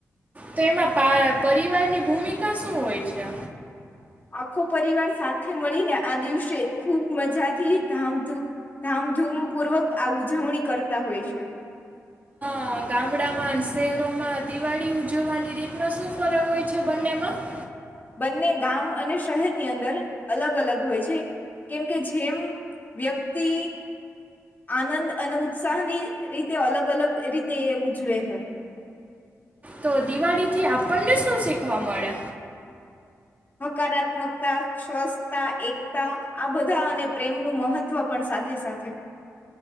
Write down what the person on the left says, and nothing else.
આખો પરિવાર સાથે મળીને આ દિવસે ખૂબ મજાથી ધામ ધામધૂમપૂર્વક આ ઉજવણી કરતા હોય છે.
બંને ગામ અને શહેરની અંદર અલગ અલગ હોય છે કેમ કે જેમ વ્યક્તિ આનંદ અને ઉત્સાહની રીતે અલગ અલગ રીતે એ ઉજવે હે.
હકારાત્મકતા, સ્વસ્તા, એકતા આ બધા અને પ્રેમનું મહત્વ પણ સાથે સાથે.